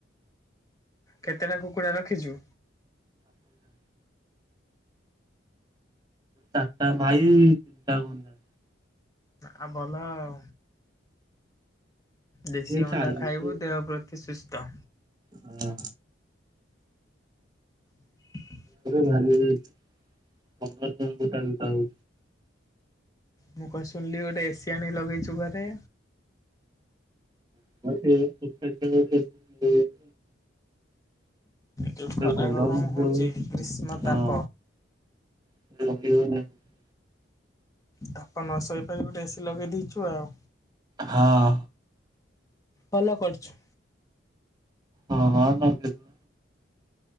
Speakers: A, on the left; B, on the right.
A: କେତେଟା କୁକୁଡ଼ା ରଖିଛୁ
B: ହହୁଦ ଚାରିଟା ମାଇ ତିଣ୍ଟା ଗଞ୍ଜା
A: ଆ ଭଲ ଆଉ ଦେଶୀ
B: ଏ
A: ଅଣ୍ଡା
B: ଚାଲିଛି।
A: ଖାଇବୁ ଦେହ ପ୍ରତି ସୁସ୍ଥ
B: ହୁଁ
A: <inaudible>
B: ଭାରି ଯାଇଛି ଭ କଟ ବି ପାଉଛି
A: ମୁଁ କଣ ଶୁଣିଲି ଗୋଟେ ଏସି ଆଣି ଲଗେଇଛୁ ଘରେ
B: <unintelligible>
A: ଯୋଉ ଖରା
B: ଗରମ
A: ହଉଛି
B: ଯୋଉ
A: ଗ୍ରୀଷ୍ମ ତାପ
B: ହଁ <unintelligible>
A: ତାପ ନ ସୋଇପାରିବ ଗୋଟେ ଏସି ଲଗେଇ ଦେଇଛୁ ଆଉ
B: ହଁ
A: ଭଲ କରିଛୁ
B: ହଁ ହଁ ତମ <unintelligible>